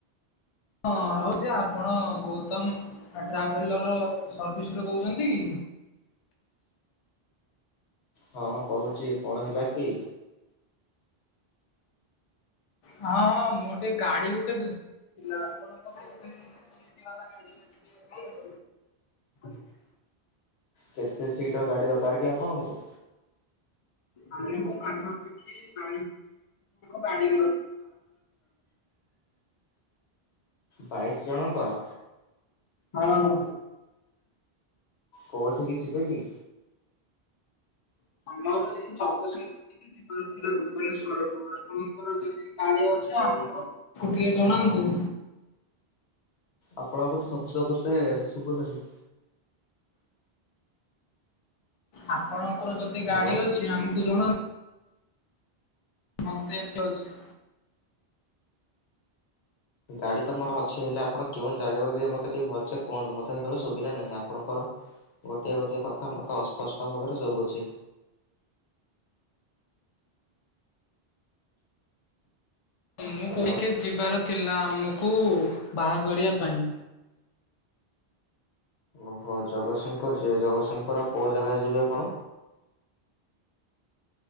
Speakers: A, on the left (about 55°); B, on the left (about 80°).
A: ହଁ ହଉ ଯେ ଆପଣ ଗୌତମ ଅ ଟ୍ରାଭେଲର ସର୍ଭିସରୁୁ କହୁଛନ୍ତି କି?
B: ହଁ କହୁଛି କଣ ହେଲା କି?
A: ହଁ ହଁ ମୁଁ ଟିକେ ଗାଡି ଗୋଟେ ବୁଝିଥିଲା ଆପଣଙ୍କ ପାଇଁ ଗୋଟେ ଶିଟି ବାଲା <unintelligible>
B: କେତେ ସିଟର ଗାଡ଼ି ଦରକାର କି ଆପଣଙ୍କୁ?
A: ହ <inaudible> ବାହାଘର ଯିବା ପାଇଁ।
B: ବାଇଶି ଜଣଙ୍କର?
A: ହଁ ହଁ।
B: କୋଉଠିକି ଯିବେ କି?
A: <inaudible> ଯାଇ ଜଗତସିଂହପୁରଠି। ଯିବାର ଥିଲା ଭୁବନେଶ୍ଵରକୁ ଆପଣଙ୍କର ଯଦି ଗାଡି ଅଛି ଆମ କୁ ଟିକେ ଜଣାନ୍ତୁ।
B: ଆପଣଙ୍କର ଶବ୍ଦ ମତେ ଶୁଭୁ ନାହିଁ।
A: ଆପଣଙ୍କର ଯଦି
B: ହ୍ୟାଲୋ
A: ଗାଡି ଅଛି ଆମକୁ ଜଣାନ୍ ମତେ <unintelligible> ଅଛି।
B: ଗାଡି ତ ମୋର ଅଛି ହେଲେ ଆପଣ କେଉଁ ଜାଗାକୁ ଯିବେ ମତେ ଟିକେ ଭଲସେ କୁହନ୍ତୁ ମତେ ସେତେବେଳେ ଶୁଭିଲା ନାହିଁ ଆପଣଙ୍କର ଗୋଟିଏ ଗୋଟିଏ କଥା ମତେ ଅସ୍ପଷ୍ଟ ଭାବରେ ଶଭୁଛି।
A: ମୁଁ
B: ହ୍ୟାଲୋ
A: ଟିକେ ଯିବାର ଥିଲା ଆମୁକୁ ବାହାଘରିଆ ପାଇଁ
B: ଓହୋ ଜଗତସିଂହପୁର ଯିବେ ଜଗତସିଂହପୁରର କୋଉ ଜାଗା ଯିବେ ଆପଣ?